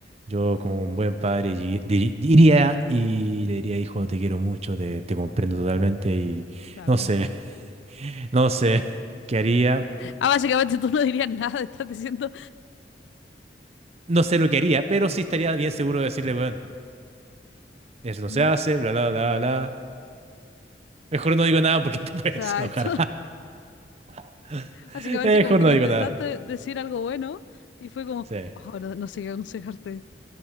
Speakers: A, on the right; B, on the left.
A: yo como un buen padre llegui- di- diría y le diría, hijo, te quiero mucho, te, te comprendo totalmente y
B: <laughs>
A: no sé,
B: claro.
A: <laughs> no sé qué haría,
B: Ah, básicamente tú no dirías nada, <laughs> estás diciendo.
A: no sé lo que haría, pero sí estaría bien seguro de decirle, bueno, eso no
B: "Mm,
A: se hace, bla, bla, bla, bla. Mejor no digo nada porque <laughs> te puedes
B: exacto.
A: enojar. <laughs>
B: <laughs> Básicamente
A: Mejor
B: como que
A: no
B: le
A: digo
B: intentaste
A: nada.
B: decir algo bueno y fue como,
A: Sí.
B: oh, no, no sé qué aconsejarte.